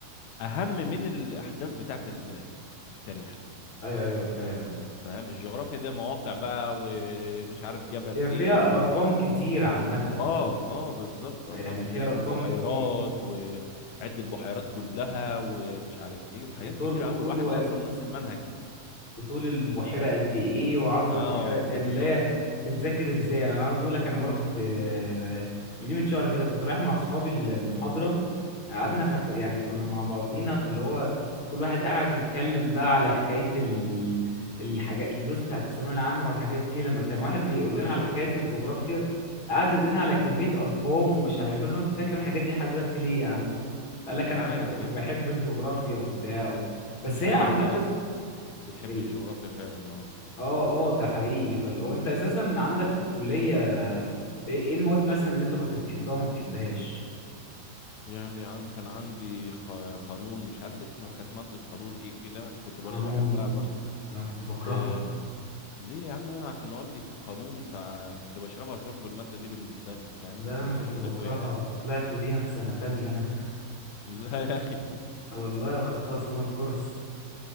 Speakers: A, on the left; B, on the left.
A: اهم من الاحداث بتاعت ال- التاريخ
B: ايوه ايوه فاهم
A: فاهم الجغرافيا ده مواقع بقى ومش عارف جبل
B: هي فيها
A: ايه و
B: ارقام كتير عامة
A: اه اه بالظبط ارقام
B: يعني
A: كتير
B: فيها ارقام
A: وبحيرات
B: كتير
A: وعد البحيرات كلها ومش عارف ايه وحاجات
B: وطول
A: كتيره
B: وطول
A: قوي الواحد
B: وقد
A: ده اصلا نسي المنهج
B: وطول البحيرة قد ايه وعرض
A: اه
B: البحيرة قد
A: بالظبط
B: إيه. يعني اللي هي تتذاكر ازاي يعني انا عاوز اقول لك انا مرة كنت آه، من قيمة شهر كده كنت رايح مع اصحابي ال- المحاضرة قعدنا
A: مم.
B: فت... يعني كنا مع بعضينا في اللي هو كل واحد قاعد يتكلم بقى على حكاية ال... الحاجات الدروس بتاعت الثانوية العامة والحاجات دي لما كان واحد بيقول
A: ايوه
B: لنا على حكاية الجغرافيا قعد يقول لنا على كمية أرقام ومش عارف ايه انت فاكر الحاجات دي لحد دلوقتي ليه يا عم؟ قال لك
A: مش
B: أنا
A: عارف
B: بح... كنت
A: يا اخي
B: بحب الجغرافيا وبتاع و... بس هي
A: ايوه
B: عامة
A: في ناس بتحب
B: ال-
A: الجغرافيا فعلا اه
B: اه اه ده حقيقي فاللي هو انت اساسا عندك في الكلية ايه إيه المواد مثلا اللي انت كنت بتحبها وما بتحبهاش
A: يعني عند كان عندي ق- قانون مش عارف اسمها كانت مادة قانون ايه كده كنت برضو
B: قانون
A: بحبها
B: آه، انا كنت بكرهها
A: برضو ليه يا عم انا عشان والدي في القانون فكنت بشربها شرب الماده دي بالنسبه لي فاهم
B: لا
A: كان
B: انا
A: بيفهمنا
B: كنت بكرهها
A: ابويا يعني
B: وطلعت بيها في سنة تانية انا
A: <laughs> لا يا اخي
B: <laughs> والله خدتها سمر كورس